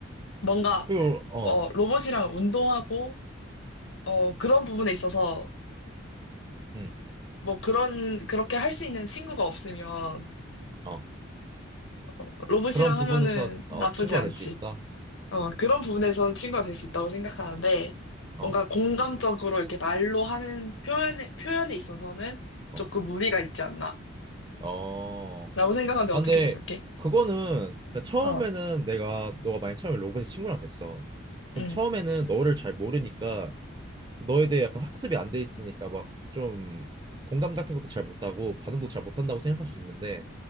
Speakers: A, on the left (about 70°); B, on the right (about 20°).
A: 뭔가
B: 그리고 어,
A: 어, 로봇이랑 운동하고, 어, 그런 부분에 있어서,
B: 음,
A: 뭐 그런, 그렇게 할 수 있는 친구가 없으면,
B: 어.
A: 어, 로봇이랑
B: 그런 부분에서
A: 하면은 나쁘지
B: 어, 친구가
A: 않지.
B: 될 수 있다.
A: 어, 그런 부분에서는 친구가 될 수 있다고 생각하는데,
B: 어,
A: 뭔가 공감적으로 이렇게 말로 하는 표현에, 표현에 있어서는
B: 어,
A: 조금 무리가 있지 않나.
B: 어.
A: 라고 생각하는데
B: 아,
A: 어떻게
B: 근데
A: 생각해?
B: 그거는 그 처음에는
A: 어,
B: 내가 너가 만약 처음에 로봇의 친구랑 됐어. 그럼
A: 응,
B: 처음에는 너를 잘 모르니까 너에 대해 약간 학습이 안 돼 있으니까 막 좀 공감 같은 것도 잘 못하고 반응도 잘 못한다고 생각할 수 있는데